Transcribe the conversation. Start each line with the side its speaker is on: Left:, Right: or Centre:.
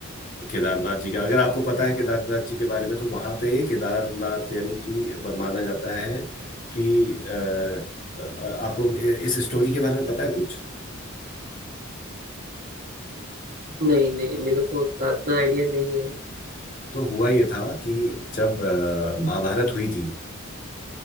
Left: केदारनाथ जी का अगर आपको पता है केदारनाथ जी के बारे में तो वहाँ पे केदारनाथ यानी कि ब- माना जाता है कि अ, अ, आपको इस स्टोरी के बारे में पता है कुछ
Right: नहीं नहीं मेरे को उतना इतना आइडिया नहीं है
Left: तो हुआ ये था कि जब अ, महाभारत हुई थी